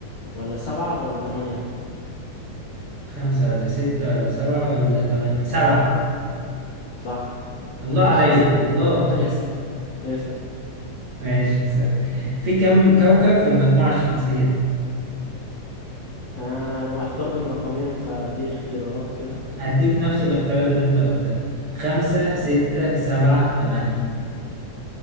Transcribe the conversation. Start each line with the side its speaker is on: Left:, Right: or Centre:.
Left: ولا سبعة ولا تمانية
Right: خمسة ولا ستة ولا سبعة ولا تمانية سبعة
Left: صح <laughs>
Right: الله
Left: ماشي
Right: عليا
Left: اسأل
Right: الله
Left: اسأل اسأل
Right: ماشي هسألك في كم كوكب في المجموعة الشمسية؟
Left: آه انا محتار بين رقمين فاديني اختيارات كده
Right: هديك نفس الاختيارات اللي أنت قلتها خمسة ستة سبعة تمانية